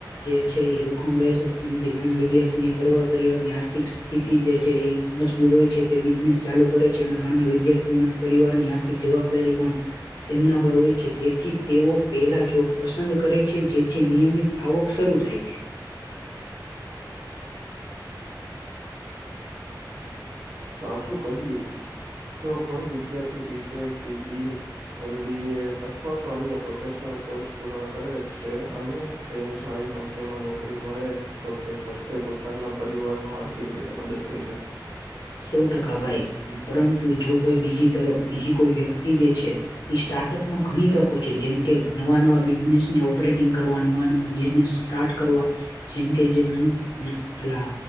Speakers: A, on the left (about 65°); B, on the right (about 70°).
A: જે છે ઈ જોખમ લઈ શકતું નથી ઘણાં વિદ્યાર્થીઓની પરવ કરિયરની આર્થિક સ્થિતિ જે છે ઈ મજબૂત હોય છે તે બિઝનેસ ચાલુ કરે છે અને ઘણાં વિદ્યાર્થીઓના પરિવારની આર્થિક જવાબદારી પણ તેમના પર હોય છે તેથી તેઓ પેહલા જોબ પસંદ કરે છે જેથી નિયમિત આવક શરૂ થાય.
B: સાચું કહ્યું જો કોઈ વિદ્યાર્થી બી ટેક, બીબી એમ બી એ અથવા તો અન્ય પ્રોફેશનલ કોર્સ પૂર્ણ કરે છે અને તેની સારી કંપનીમાં નોકરી મળે. તો તે પોતે પોતાનાં પરિવારનો આર્થિક રીતે મદદ કરી શ
A: સો ટકા ભાઈ પરંતુ જો કોઈ બીજી તરફ બીજી કોઈ વ્યક્તિ જે છે સ્ટાર્ટઅપમાં ઘણી તકો છે જેમ કે નવાં નવાં બિઝનેસને ઓપરેટિંગ કરવા નવાં-નવાં બિઝનેસ સ્ટાર્ટ કરવા જેમકે જે ના અલા